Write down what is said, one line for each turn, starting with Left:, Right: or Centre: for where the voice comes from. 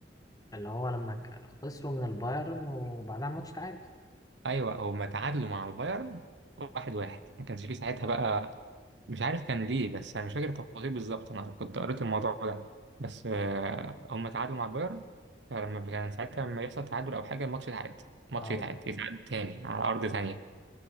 Left: اللي هو لما ك- خسروا من البايرن وبعدها الماتش تعاد
Right: ايوه هما تعادلوا مع البايرن واحد واحد ما كانش فيه ساعتها بقى مش عارف كان ليه بس انا مش فاكر التفاصيل بالظبط انا كنت قريت الموضوع ده بس آه، هم تعادلوا مع بايرن فلما كان ساعتها لما يحصل تعادل او حاجه الماتش يتعاد الماتش
Left: اه
Right: يتعاد يتعاد تاني على ارض تانية